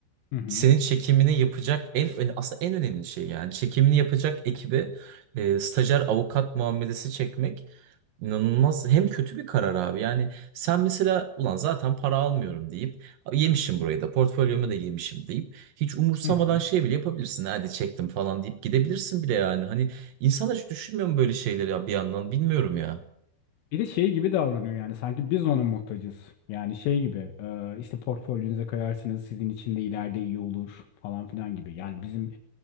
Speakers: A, on the left (about 80°); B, on the right (about 80°).
A: Hı hı.
B: senin çekimini yapacak en öne- aslında en önemli şey yani çekimini yapacak ekibi e, stajyer avukat muamelesi çekmek inanılmaz hem kötü bir karar abi yani sen mesela ulan zaten para almıyorum deyip yemişim burayı da portfolyomu da yemişim deyip hiç umursamadan
A: Hı hı.
B: şey bile yapabilirsin hadi çektim falan deyip gidebilirsin bile yani hani insan hiç düşünmüyor mu böyle şeyleri ya bir yandan bilmiyorum ya.
A: Bir de şey gibi davranıyor yani sanki biz ona muhtacız. Yani şey gibi e, işte portfolyonuza koyarsınız sizin için de ileride iyi olur falan filan gibi. Yani bizim